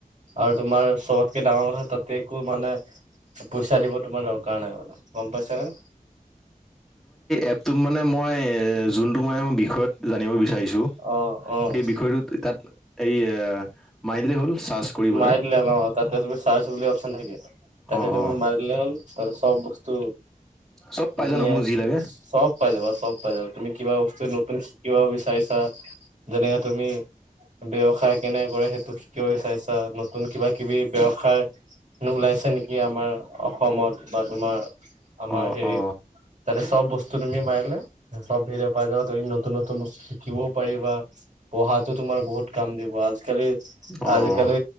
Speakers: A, on the right; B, in the centre.
A: আৰু তোমাৰ, চবতকে ডাঙৰ কথা তাতে একো মানে পইচা দিব তোমাৰ দৰকাৰ নাই মানে, গম পাইছাঁ নে?
B: এপটো মানে মই জোনটো মানে মই, বিষয়ত জানিব বি চাৰিছোঁ,
A: অ', অ',
B: সেই বিষয়টো তাত এই মাইদিলেই হ'ল। চাৰ্চ কৰি পেলাই
A: মাৰি দিলা ন, তাতে তুমি চাৰ্ছ বুলি অপছন থাকে, তাতে
B: অ
A: তুমি
B: অ
A: মাৰি দিলে হ'ল তাতে চব বস্তু
B: চব পাই
A: ধুনিয়া,
B: যাও ন মোৰ যি লাগে
A: চব পাই যাবা, চব পাই যাবা, তুমি কিবা বস্তু নতুন শিকিব বিচাৰিছা, যেনেকে তুমি- ব্যৱসায় কেনেকে কৰে সেইটো শিকিব বিচাৰিছা, নতুন কিবা কিবি ব্যৱসায় ওলাইছে নেকি আমাৰ অসমত বা তোমাৰ। আমাৰ
B: অ
A: হেৰিত
B: অ
A: তাতে চব বস্তু তুমি মাৰিলে চব হেৰি পাই যাবা। নতুন, নতুন বস্তু শিকিবও পাৰিবা, পঢ়াতো তোমাৰ বহুত কাম দিব, আজিকালি
B: অ'।
A: আজিকালি,